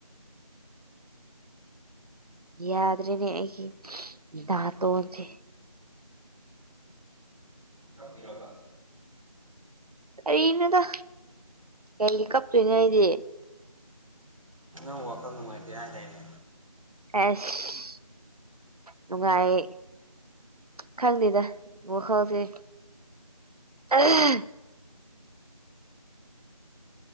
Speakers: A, on the right (about 85°); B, on the right (about 60°).
A: ꯌꯥꯗꯔꯦꯅꯦ ꯑꯩꯒꯤ ꯗꯥꯇꯣꯟꯁꯦ
B: ꯀꯞꯄꯤꯔꫭꯕ
A: ꯀꯩꯅꫭꯗ ꯀꯩꯒꯤ ꯀꯞꯇꯣꯏꯅꫭ ꯑꯩꯗꯤ
B: ꯅꯪ ꯋꯥꯈꯜ ꯅꯨꯡꯉꯥꯏꯇꯦ ꯍꯥꯏꯗꯥꯏꯅꯦ
A: ꯑꯦꯁ ꯅꯨꯉꯥꯏ ꯈꯪꯗꯦꯗ ꯋꯈꯥꯜꯁꯦ ꯑꯥ